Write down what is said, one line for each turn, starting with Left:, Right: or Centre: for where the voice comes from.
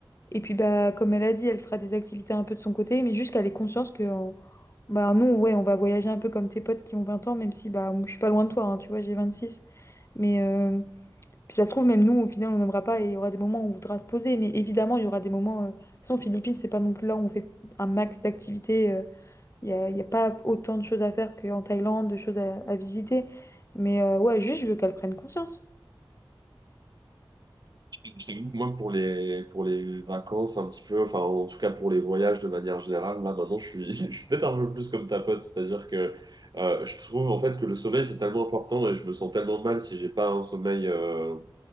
Left: Et puis, bah, comme elle a dit, elle fera des activités un peu de son côté, mais juste qu'elle ait conscience que euh, bah, nous, ouais, on va voyager un peu comme tes potes qui ont 20 ans, même si bah, je suis pas loin de toi, hein, tu vois, j'ai vingt six Mais, euh, puis ça se trouve, même nous, au final, on n'aimera pas et il y aura des moments où on voudra se poser. Mais évidemment, il y aura des moments. euh, De toute façon, Philippines, c'est pas non plus là où on fait un max d'activités. euh, Il n'y a, il y a pas autant de choses à faire qu'en Thaïlande, de choses à, à visiter. Mais euh, ouais, juste, je veux qu'elle prenne conscience.
Right: Je je t'avoue, que moi, pour les, pour les vacances, un petit peu, enfin, en tout cas pour les voyages de manière générale, là, maintenant, je suis, <laughs> je suis peut-être un peu plus comme ta pote, c'est-à-dire que euh, je trouve, en fait, que le sommeil, c'est tellement important et je me sens tellement mal si j'ai pas un sommeil euh,